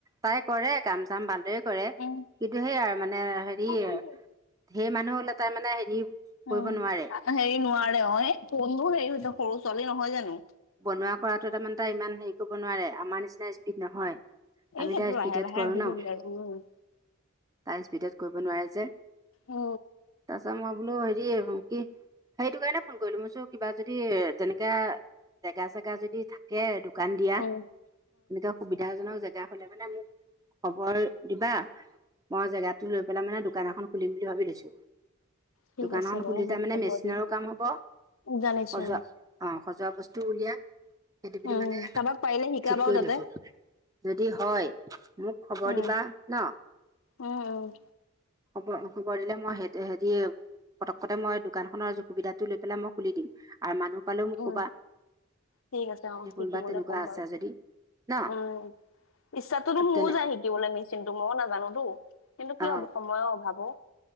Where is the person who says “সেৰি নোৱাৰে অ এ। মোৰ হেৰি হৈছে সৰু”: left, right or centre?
Left